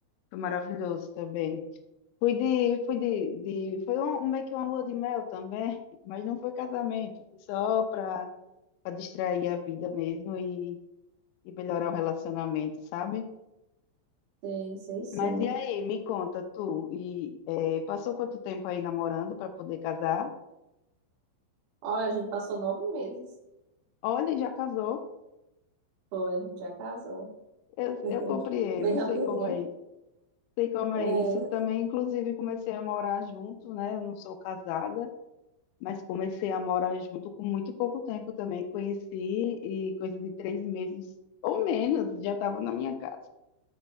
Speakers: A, on the left; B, on the right.
A: Foi maravilhoso também. Fui de, fui de, de, foi um, um- meio que uma lua de mel também, <laughs> mas não foi casamento, foi só para para distrair a vida mesmo e melhorar o relacionamento, sabe?
B: Sei, sei sim.
A: Mas e aí, me conta, tu, e eh, passou quanto tempo aí namorando para poder casar?
B: Olha, a gente passou nove meses.
A: Olha, já casou,
B: Foi, a gente já casou.
A: eu,
B: <laughs>
A: eu compreendo,
B: Bem rapidinho.
A: sei como é, isso, sei como
B: É,
A: é isso. Eu
B: <laughs>
A: também, inclusive, comecei a morar junto, né? Eu não sou casada, mas comecei a morar junto com muito pouco tempo também. Conheci e coisa de três meses ou menos, já estava na minha casa.